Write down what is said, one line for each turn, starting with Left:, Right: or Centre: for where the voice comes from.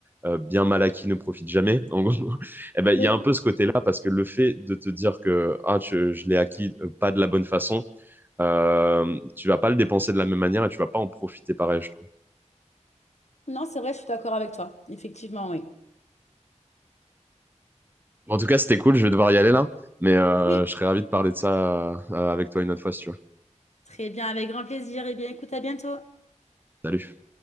Right: euh, bien mal acquis ne profite jamais. En gros, <laughs> eh ben il
Left: Oui,
Right: y a un peu ce côté-là parce que le fait de te dire que ah je, je l'ai acquis euh, pas de la bonne façon, euh, tu vas pas le dépenser de la même manière et tu vas pas en profiter pareil, je trouve.
Left: Non, c'est vrai, je suis d'accord avec toi. Effectivement, oui.
Right: Bon, En tout cas, c'était cool. Je vais devoir y aller là, mais euh,
Left: oui.
Right: je serais ravi de parler de ça euh, avec toi une autre fois si tu veux.
Left: Très bien, avec grand plaisir. Eh bien, écoute, à bientôt.
Right: Salut.